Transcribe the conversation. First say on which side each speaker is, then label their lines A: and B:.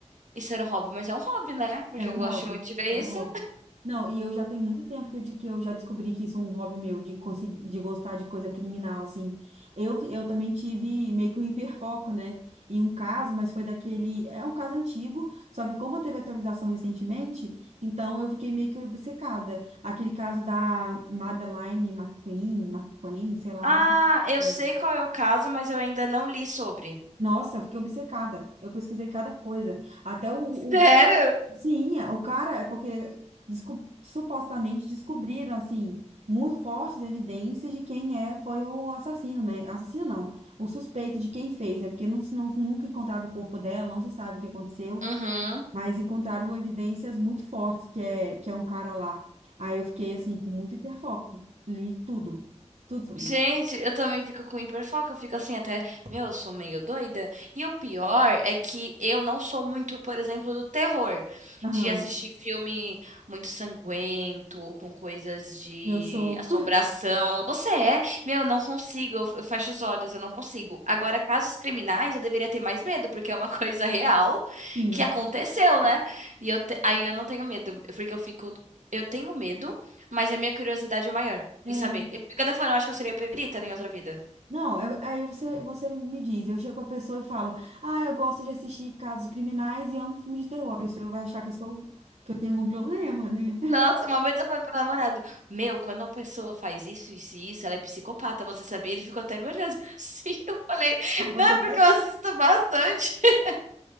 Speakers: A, on the right (about 85°); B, on the right (about 70°).
A: Isso era um hobby, mas é um hobby, né? Porque
B: É um
A: eu gosto
B: hobby,
A: muito de ver
B: é
A: isso.
B: um hobby. Não, e eu já tenho muito tempo que eu, de- que eu já descobri que isso é um hobby meu, de conseguir, de gostar de coisa criminal, assim. Eu, fi- eu também tive meio que um hiperfoco, né, em um caso, mas foi daquele, é um caso antigo, só que como teve atualização recentemente, então eu fiquei meio que obcecada. Aquele caso da Madeleine McQueen, McQueen, sei lá,
A: Ah,
B: não
A: eu
B: sei.
A: sei qual é o caso, mas eu ainda não li sobre.
B: Nossa, eu fiquei obcecada. Eu pesquisei cada coisa. Até o,
A: Sério?
B: Sim, é, o cara é porque desco- supostamente descobriram assim muito fortes evidências de quem é foi o assassino, né? Assassino não, o suspeito de quem fez, né? Porque não, se- não- nunca encontraram o corpo dela, não se sabe o que aconteceu,
A: Uhum.
B: mas encontraram evidências muito fortes que é que é um cara lá. Aí eu fiquei assim com muito hiperfoco, li tudo, tudo sobre
A: Gente,
B: isso.
A: eu também fico com hiperfoco, eu fico assim até, meu, eu sou meio doida. E o pior é que eu não sou muito, por exemplo, do terror,
B: Aham,
A: de assistir filme muito sanguento ou com coisas de
B: eu sou,
A: assombração. Você é? Meu, eu não consigo, eu eu fecho os olhos, eu não consigo. Agora, casos criminais, eu deveria ter mais medo, porque é uma <laughs> coisa real
B: <laughs> sim.
A: que aconteceu, né? E eu te- aí eu não tenho medo, porque eu fico, eu tenho medo, mas a minha curiosidade é maior
B: é
A: em saber. Eu fico até falando, eu acho que eu seria perita né, em outra vida.
B: Não, eu- aí você, você me diz, eu chego com a pessoa e falo, ah, eu gosto de assistir casos criminais e amo filmes de terror. A pessoa vai achar que eu sou, que eu tenho algum problema, né?
A: Nossa, uma vez eu falei pro namorado, meu, quando a pessoa faz isso, isso e isso, ela é psicopata, você sabia? Ele ficou até me olhando assim. <laughs> Eu falei,
B: <laughs> Você
A: não, é porque
B: faz
A: eu assisto
B: isso,
A: bastante. <laughs>